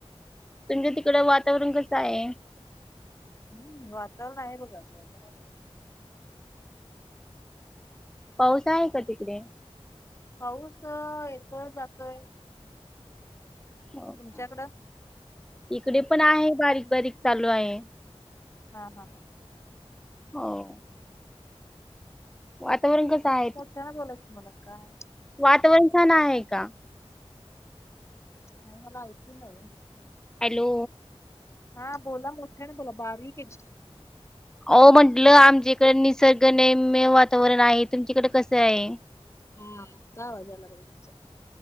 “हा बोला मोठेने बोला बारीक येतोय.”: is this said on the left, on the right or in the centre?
Left